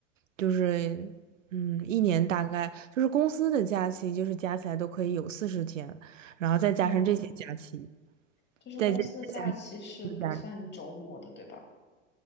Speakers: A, on the right; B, on the left.
A: 就是嗯，一年大概就是公司的假期就是加起来都可以有四十天，然后再加上这些假期，
B: 哇，就是公司的假期是不算周末的，
A: 再加再加上这些假日，
B: 对吧？